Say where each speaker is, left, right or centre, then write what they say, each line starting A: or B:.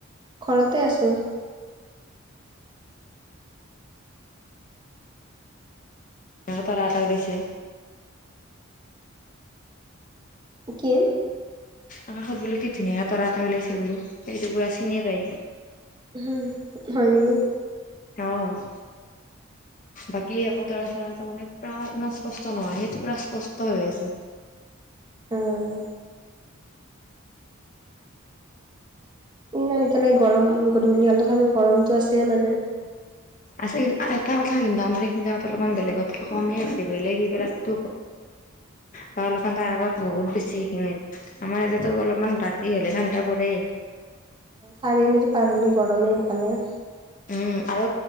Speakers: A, on the right; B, on the left.
A: ঘৰতে আছো
B: এ ত ৰা তক দেছে
A: কিম
B: আকাশত বোলো কি ধুনীয়াকে তৰা এটা লাইছে বোলো সেইটো পুৰা চিনিয় পায়
A: হম হয় নেকি।
B: আহ। বাকী একো তাৰ চ তাৰ মানে পৰা ইমান স্পষ্ট নহয় সেইটো পুৰা স্পষ্ট হৈ আছে।
A: ওম। ইমান একতিলগে গৰম গধূলি তথাপিও গৰমতটো আছেই মানে।
B: আছে কিন্তু এটা কথা কিন্তু আমাৰ এইখিনি অলপমান বেলেগতকে কমেই আছে বলেগ স ত বা অলপমান তাৰ আগত বহুত বেছি সেখিনিত আমাৰ ইয়াতেতো অলপমান ৰাতি হলে ঠাণ্ডা বৰ ৰে।
A: চাৰিআলি যে পাৰ হ'লে গৰমে এইফালে।
B: উম আৰু